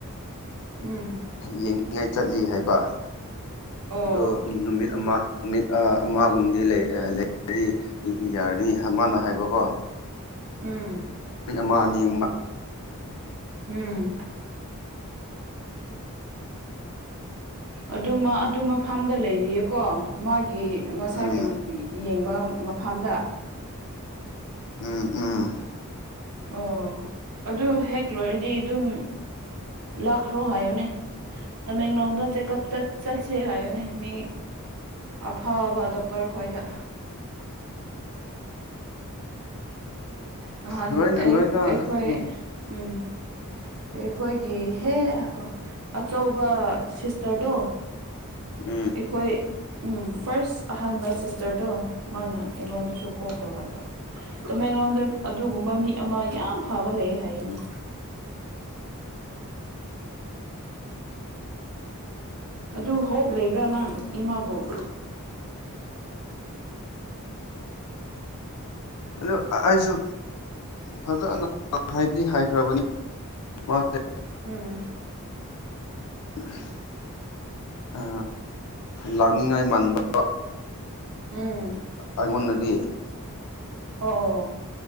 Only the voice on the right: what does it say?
ꯎꯝ
ꯑꯣ
ꯎꯝ
ꯎꯝ ꯑꯗꯨꯃ ꯑꯗꯨꯃ ꯐꯥꯝꯗ ꯂꯩꯔꯤꯌꯦꯀꯣ ꯃꯥꯒꯤ ꯃꯁꯥ
ꯌꯦꯡ ꯌꯦꯡꯕ ꯃꯐꯝꯗ
ꯑꯣ ꯑꯗꯨ ꯍꯦꯛ ꯂꯣꯏꯔꯗꯤ ꯑꯗꯨꯝ ꯂꯥꯛꯈ꯭ꯔꯣ ꯍꯥꯏꯌꯨꯅꯦ ꯇꯃꯦꯡꯂꯣꯡꯗ ꯆꯦꯛꯀꯑꯞ ꯆꯠ ꯆꯠꯁꯦ ꯍꯥꯏꯌꯅꯦ ꯃꯤ ꯑꯐꯕ ꯗꯣꯛꯇꯔ ꯈꯣꯏꯗ ꯅꯍꯥꯟ
ꯑꯩ
ꯑꯩꯈꯣꯏ
ꯎꯝ ꯑꯩꯈꯣꯏꯒꯤ ꯍꯦ ꯑꯆꯧꯕ ꯁꯤꯁꯇꯔꯗꯣ
ꯑꯩꯈꯣꯏ ꯎꯝ ꯐꯥꯔꯁ ꯑꯍꯥꯟꯕ ꯁꯤꯁꯇꯔꯗꯣ ꯃꯥꯅ ꯑꯩꯉꯣꯟꯗꯁꯨ ꯀꯣꯜ ꯇꯧꯔꯛꯄ ꯇꯃꯦꯡꯂꯣꯡꯗ ꯑꯗꯨꯒꯨꯝꯕ ꯃꯤ ꯑꯃ ꯌꯥꯝ ꯐꯕ ꯂꯩꯌꯦ ꯍꯥꯏꯌꯦꯅꯦ ꯑꯗꯨ ꯍꯣꯞ ꯂꯩꯕ꯭ꯔꯥ ꯅꯪ ꯏꯃꯥꯕꯨꯣ
ꯎꯝ
ꯎꯝ
ꯑꯣ ꯑꯣ